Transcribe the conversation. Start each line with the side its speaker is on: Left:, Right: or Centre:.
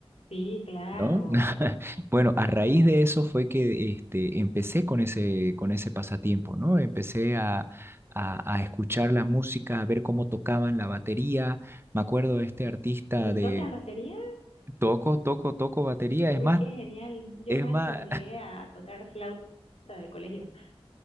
Left: Sí, claro.
Right: ¿no? <laughs> Bueno, a raíz de eso fue que este, empecé con ese, con ese pasatiempo, ¿no? Empecé a, a- a escuchar la música, a ver cómo tocaban la batería. Me acuerdo de este artista
Left: ¿Y
Right: de
Left: tocas batería?
Right: toco, toco, toco batería.
Left: Uy,
Right: Es más,
Left: qué genial. Yo
Right: es
Left: máximo
Right: más,
Left: llegué a tocar flauta de colegio. <laughs>